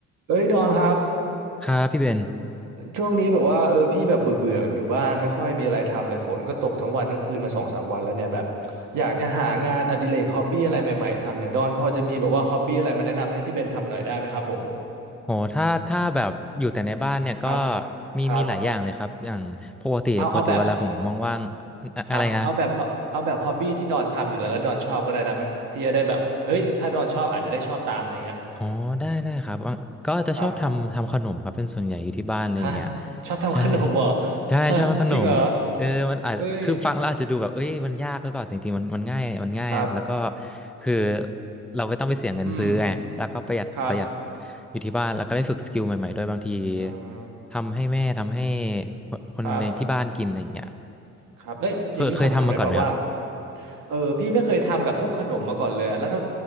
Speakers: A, on the right (about 85°); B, in the centre.
A: เอ้ยดอนครับ
B: ครับพี่เบน
A: ช่วงนี้แบบว่าเออพี่แบบเบื่อเบื่อแบบอยู่บ้านไม่ค่อยมีอะไรทำอะไรฝนก็ตกทั้งวันทั้งคืนมาสองสามวันแล้วเนี่ยแบบอยากจะหางานอดิเรกฮอบบี้อะไรใหม่ๆทำเนี่ยดอนพอจะมีแบบว่าฮอบบี้อะไรมาแนะนำให้พี่เบนทำหน่อยได้ไหมครับผม
B: โหถ้า ถ้า แบบ อยู่แต่ในบ้านเนี่ย ก็
A: ครับ
B: มี
A: ครับ
B: มี หลาย อย่างเลยครับ อย่างปกติปกติเวลาผม
A: เอาเอาแบบ
B: ว่างๆอะอะไรนะ
A: ครับเอาแบบเอาเอาแบบฮอบบี้ที่ดอนทำอยู่แล้วแล้วดอนชอบก็ได้นะพี่จะได้แบบเฮ้ยถ้าดอนชอบอาจจะได้ชอบตามอะไรเงี้ย
B: อ๋อได้ได้ครับอ่ะก็จะชอบทำทำขนมครับเป็นส่วนใหญ่อยู่ที่บ้านอะไรอย่างเงี้ย
A: ครับฮะชอบทำขนมเหรอ
B: ใช่ใช่ชอบขนมเออมันอาจคือฟังแล้วอาจจะดูแบบเอ้ยมันยากหรือเปล่าจริงๆมันมันง่ายมันง่ายแล้วก็
A: ฮะจริงเหรอเอ้ยครับ
B: คือเราไม่ต้องไปเสียเงินซื้อไงแล้วก็ประหยัดประหยัด
A: อืมครับ
B: อยู่ที่บ้านแล้วก็ได้ฝึกสกิลใหม่ๆด้วยบางที
A: อ่า
B: ทำให้แม่ทำให้คนคนในที่บ้านกินอะไรอย่างเงี้ย
A: ครับครับเอ้ยอย่างนี้ขอถามได้เปล่าว่า
B: เคยเคยทำมาก่อนไหมครับ
A: เออพี่ไม่เคยทำแบบพวกขนมมาก่อนเลยอะแล้วถ้า